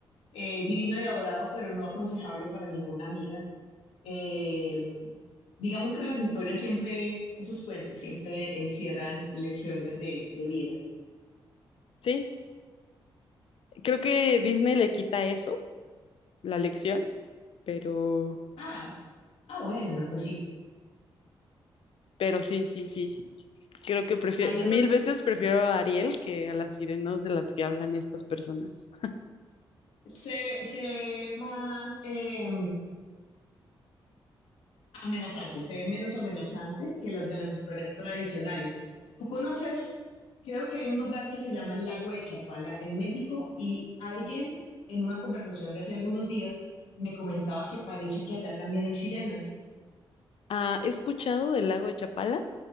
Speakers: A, on the left (about 85°); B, on the left (about 65°).
A: eh, divino y adorado, pero no aconsejable para ninguna amiga. Eh, digamos que las historias siempre, esos cuentos siempre encierran lecciones de, de vida.
B: sí. Creo que Disney le quita eso, la lección, pero,
A: Ah, ah, bueno, pues sí.
B: pero sí, sí, sí. Creo que prefiero,
A: Ahí es
B: mil
A: donde
B: veces prefiero a Ariel que a las sirenas de las que hablan estas personas.
A: se, se ve más eh, amenazante, se ve menos amenazante que las de las historias tradicionales. Tú conoces, creo que hay un lugar que se llama el Lago de Chapala en México y alguien en una conversación de hace algunos días me comentaba que parece que allá también hay sirenas.
B: Ah, he escuchado del lago de Chapala,